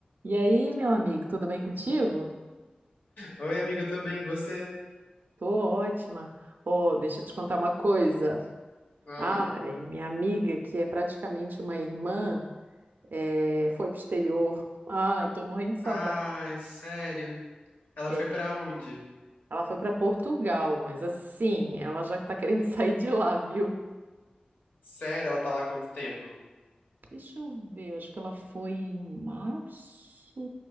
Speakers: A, on the right; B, on the left.
A: E aí, meu amigo, tudo bem contigo?
B: Oi, amiga, eu tô bem, e você?
A: Tô ótima. Oh, deixa eu te contar uma coisa.
B: Ah,
A: Ai, minha amiga, que é praticamente uma irmã, eh, foi pro exterior. Ai, tô morrendo de saudade.
B: Ai, sério? Ela
A: É,
B: foi pra onde?
A: ela foi pra Portugal, mas assim, ela já tá querendo <laughs> sair de lá, viu?
B: Sério, ela tá lá há quanto tempo?
A: Deixa eu ver, acho que ela foi em março.